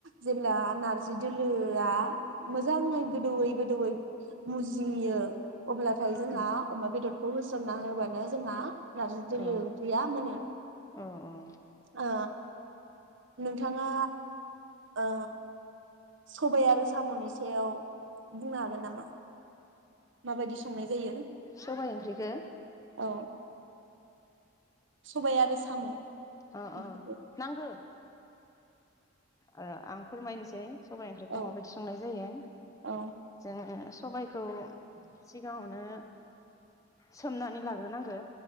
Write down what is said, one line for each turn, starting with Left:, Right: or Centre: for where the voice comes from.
Right: जेब्ला नार्जि दोलोआ मोजाङै गोदौवै गोदौवै मुजियो अब्लाथाय जोंहा
Left: उम
Right: अमा बेदरखौ होसन ना होबानो जोंहा नार्जि दोलो
Left: औ
Right: ओंख्रिया मोनो।
Left: औ औ।
Right: ओ नोंथाङा ओ सबाय आरो साम'नि सायाव बुंनो हागोन नामा? माबायदि संनाय जायो?
Left: सबाय ओंख्रिखो
Right: औ सबाय आरो साम'
Left: अ
Right: ओंख्रिखौ
Left: अ नांगो। <inaudible> ओ आं फोरमायनोसै। सबाय ओंख्रिखौ
Right: औ
Left: माबायदि संनाय जायो।
Right: औ
Left: जोङो सबायखौ सिगाङावनो सोमनानै लाग्रोनांगो।